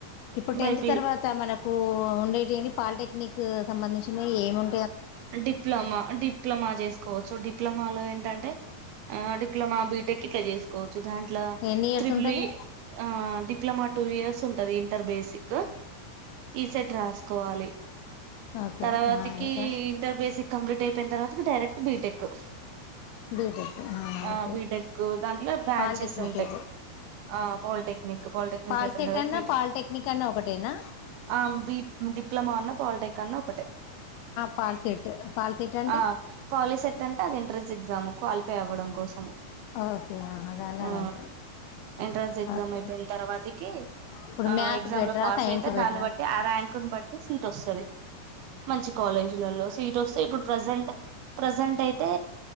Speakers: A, on the left (about 80°); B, on the right (about 80°).
A: ఇప్పుడు టెన్త్
B: బైపీ
A: తర్వాత మనకు ఉండేది ఏమి పాలిటెక్నిక్ సంబంధించినవి ఏముం
B: డిప్లొమా డిప్లొమా చేసుకో సో డిప్లొమాలో ఏంటంటే ఆ డిప్లమా బీ టెకిట్లా చేసుకోవు చు దాంట్లో
A: ఎన్ని ఇయర్స్
B: త్రిపులి
A: ఉంటది
B: ఆ డిప్లమా టూ ఇయర్స్ ఉంటది ఇంటర్ బేసిక్ ఈసెట్ రాసుకోవాలి
A: ఓకే
B: తర్వాతకి
A: ఆ ఇంకా
B: ఇంటర్ బేసిక్ కంప్లీట్ అయిపోయిన తర్వాత ఇక డైరెక్ట్ బీటెక్కు
A: బీటెక్
B: ఆ
A: ఓకే
B: బీటెక్ దాంట్లో బ్రాంచెస్
A: పాలిటెక్నిక్
B: ఉంటాయి.
A: అయితే
B: ఆ పాలిటెక్నిక్ పాలిటెక్నిక్
A: పాల్సెట్
B: అయిపోయిన తర్వాత
A: అన్నా
B: బీటెక్
A: పాలిటెక్నిక్ అన్నా ఒకటేనా
B: ఆ బ డిప్లమా అన్న పాల్ టెక్ అన్నాఒకటే
A: పాల్సెట్ పాల్సెట్ అంటే
B: ఆ పాలిసెట్ అంటే అది ఎంట్రెన్స్ ఎగ్జాము క్వాలిఫై అవ్వడం కోసము
A: ఓకే దాన్ని
B: ఆ
A: అది అంటారు
B: ఎంట్రన్స్ ఎగ్జామ్
A: ఓకే
B: అయిపోయిన తర్వాతకి
A: ఇప్పుడు
B: ఆ
A: మ్యాథ్స్
B: ఎగ్జామ్
A: బెటరా
B: లో పాస్
A: సైన్స్
B: అయితే
A: బెటరా
B: దాన్ని బట్టి ఆ ర్యాంకుని బట్టి సీట్ వస్తది. మంచి కాలేజ్ <unintelligible> సీట్ వస్తే ఇప్పుడు ప్రజెంట్ ప్రజెంట్ అయితే